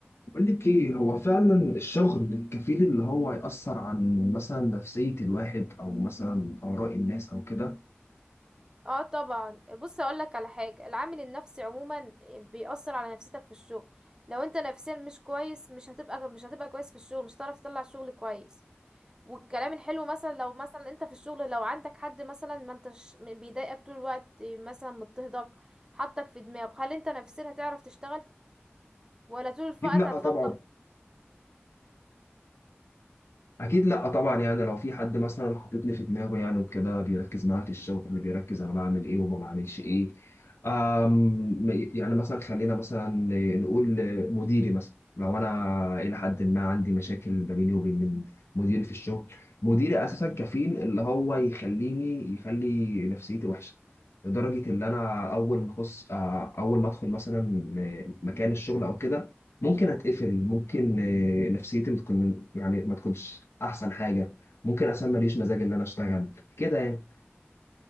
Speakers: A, on the left; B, on the right.
A: بقول لك ايه هو فعلا الشغل الكفيل اللي هو يأثر عن مثلا نفسية الواحد او مثلا آراء الناس او كده
B: اه طبعا بص اقول لك على حاجه العامل النفسي عموما بيأثر على نفسيتك في الشغل لو انت نفسيا مش كويس مش هتبقى مش هتبقى كويس في الشغل مش هتعرف تطلع شغل كويس والكلام الحلو مثلا لو مثلا انت في الشغل لو عندك حد مثلا ما انتش م- بيضايقك طول الوقت مثلا مضطهدك حطك في دماغك هل انت نفسيا هتعرف تشتغل ولا طول الوقت
A: أكيد لا
B: هتفكر
A: طبعا اكيد لا طبعا يعني لو في حد مثلا حاططني في دماغه يعني وكده بيركز معايا في الشغل اللي بيركز انا بعمل ايه وما بعملش ايه أم يعني مثلا خلينا مثلا نقول مديري مثلا لو انا الى حد ما عندي مشاكل ما بيني وبين مديري في الشغل مديري اساسا كفيل اللي هو يخليني يخلي نفسيتي وحشه لدرجه ان انا اول ما اخص آه، اول ما ادخل مثلا مكان الشغل او كده ممكن اتقفل ممكن آه، نفسيتي بتكون يعني ما تكونش احسن حاجه ممكن اصلا ماليش مزاج ان انا اشتغل كده يعني